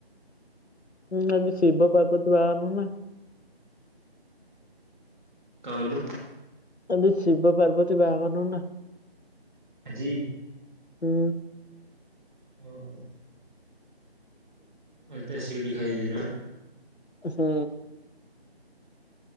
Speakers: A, on the left; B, in the centre.
A: <unintelligible> ଶିବ ପାର୍ବତୀ ବାହାଘର ନୁହଁ ନାଁ?
B: କହିଲୁ
A: ଆବେ ଶିବ ପାର୍ବତୀ ବାହାଘର ନୋଉ ନା।
B: ଜି
A: ହୁଁ।
B: ଓହୋ। ଆଉ ତ ସେଇଠି ଖାଇଦେଇଥିଲୁ। ନୁହଁ?
A: ହୁଁ।